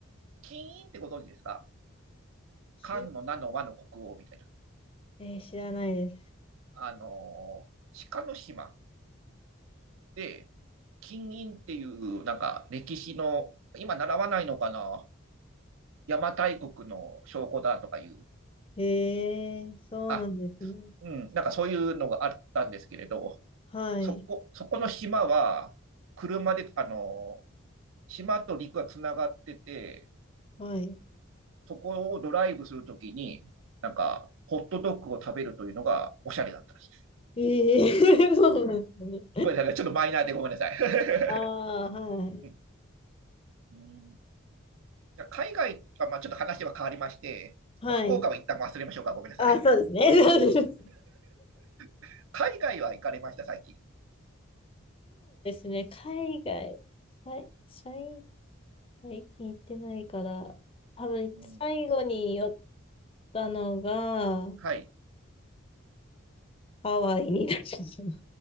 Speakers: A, on the right; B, on the left.
A: 金印ってご存知ですか
B: き
A: 漢の名の和の国王みたいな。
B: えー知らないです。
A: あの、鹿の島で、金印っていう、なんか歴史の、今習わないのかな邪馬台国の証拠だとかいう、
B: へえ、そうなんですね。
A: あ、うん、なんかそういうのがあったんですけれど、
B: はい、
A: そこ、そこの島は、車で、あの、島と陸がつながってて、
B: はい。
A: そこをドライブするときに、なんか、ホットドッグを食べるというのがおしゃれだったんです。
B: ええ <laughs> そうなんですね。
A: ごめんなさい、ちょっとマイナーでごめんなさい。<laughs>
B: ああ、はい。
A: うんうんじゃあ海外、あ、まあ、ちょっと話は変わりまして、
B: はい。
A: もう福岡は一旦忘れましょうか、ごめんなさい。
B: ああ、そうですね。<laughs> そうです
A: <laughs> 海外は行かれました、最近。
B: ね。海外、さい、最最近行ってないから、多分最後に寄っ
A: うん、
B: たのが、
A: はい。
B: ハワイになっちゃったな。